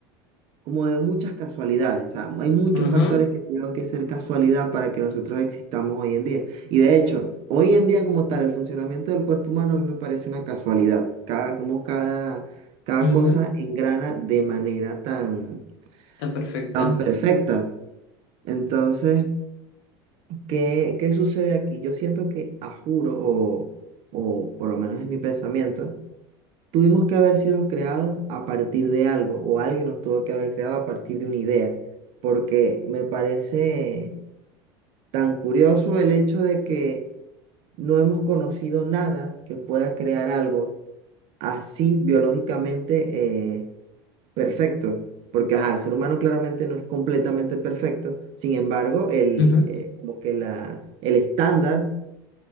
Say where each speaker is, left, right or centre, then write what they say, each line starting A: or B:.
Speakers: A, on the right; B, on the left.
A: como de muchas casualidades. O sea, hay muchos
B: Uh
A: factores
B: -huh,
A: que tuvieron que ser casualidad para que nosotros existamos hoy en día. Y de hecho, hoy en día como tal, el funcionamiento del cuerpo humano a mí me parece una casualidad. Cada, como cada, cada
B: uh -huh,
A: cosa engrana de manera tan,
B: tan perfecta.
A: tan perfecta. Entonces... ¿Qué, qué sucede aquí? Yo siento que, a juro, o, o por lo menos es mi pensamiento, tuvimos que haber sido creados a partir de algo, o alguien nos tuvo que haber creado a partir de una idea, porque me parece tan curioso el hecho de que no hemos conocido nada que pueda crear algo así biológicamente eh, perfecto. Porque ajá, el ser humano claramente no es completamente perfecto, sin embargo, el,
B: Ujú,
A: eh, como que la, el estándar